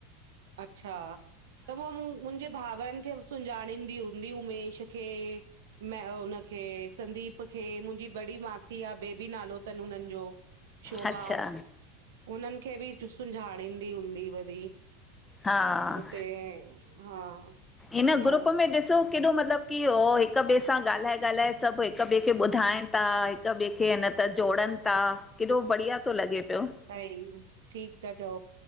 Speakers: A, on the right (about 70°); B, on the left (about 15°).
A: अच्छा त मो मूं मुंहिंजे भावरनु खे सुञाणींदी हूंदी उमेश खे म हुनखे संदीप खे मुंहिंजी बड़ी मासी आ ॿेबी नालो तनि हुननि जो शोभा
B: अच्छा
A: हुननि खे बि सुंझाणींदी हूंदी वरी।
B: हा,
A: हुते हा
B: इन
A: सभु
B: ग्रुप में ॾिसो केॾो मतिलबु की हो हिकु ॿेए सां ॻाल्हाए ॻाल्हाए सभु हिकु ॿिए खे ॿुधाइन ता हिकु ॿिए खे न त जोड़न ता केॾो बढ़िया तो लॻे पियो।
A: सई हूस ठीकु ता चओ।